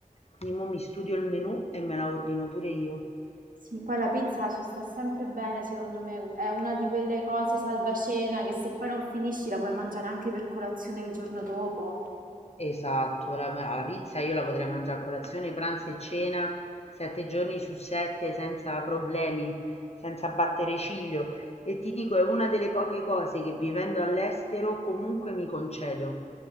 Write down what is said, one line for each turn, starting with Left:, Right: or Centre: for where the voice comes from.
Left: Quindi mo mi studio il menù e me la ordino pure io.
Right: Sì, poi la pizza ci sta sempre bene, secondo me, è una di quelle cose salvacena che se poi non finisci la puoi mangiare anche per colazione il giorno dopo.
Left: Esatto, la ma la pizza io la potrei mangià a colazione, pranzo e cena 7 giorni su 7 senza problemi, senza battere ciglio e ti dico è una delle poche cose che vivendo all'estero comunque mi concedo.